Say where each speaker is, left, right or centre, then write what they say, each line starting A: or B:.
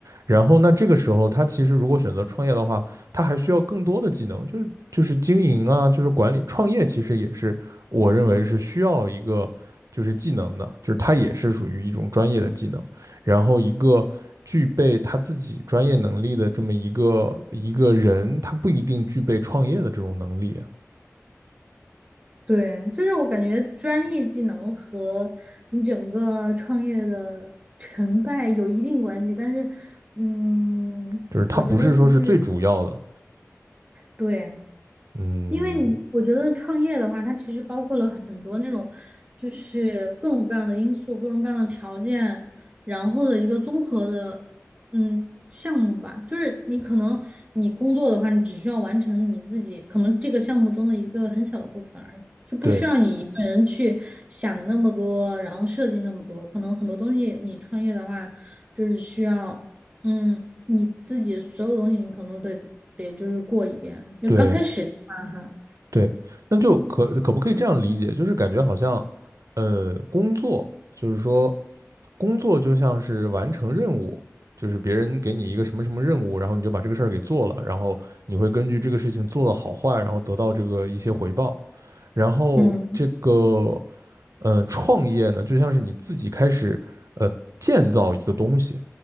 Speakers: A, on the right (about 80°); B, on the right (about 30°).
A: 然后那这个时候他其实如果选择创业的话，他还需要更多的技能，就是就是经营啊，就是管理，创业其实也是我认为是需要一个就是技能的，就是它也是属于一种专业的技能。然后一个具备他自己专业能力的这么一个一个人，他不一定具备创业的这种能力，
B: 对，就是我感觉专业技能和你整个创业的成败有一定关系，但是嗯，
A: 就是他不是说是最主要的。
B: 我觉得不是，对。
A: 嗯，
B: 因为你，我觉得创业的话，它其实包括了很多那种，就是各种各样的因素、各种各样的条件，然后的一个综合的，嗯，项目吧。就是你可能你工作的话，你只需要完成你自己可能这个项目中的一个很小的部分而已，就不需要你一个人去想那么多，
A: 对
B: 然后设计那么多。可能很多东西你创业的话，就是需要。嗯，你自己所有东西你可能都得得就是过一遍。就刚开始啊哈，
A: 对对，那就可可不可以这样理解？就是感觉好像，呃，工作就是说工作就像是完成任务。就是别人给你一个什么什么任务，然后你就把这个事儿给做了，然后你会根据这个事情做的好坏，然后得到这个一些回报。然后这个
B: 嗯，
A: 嗯，创业呢，就像是你自己开始呃建造一个东西，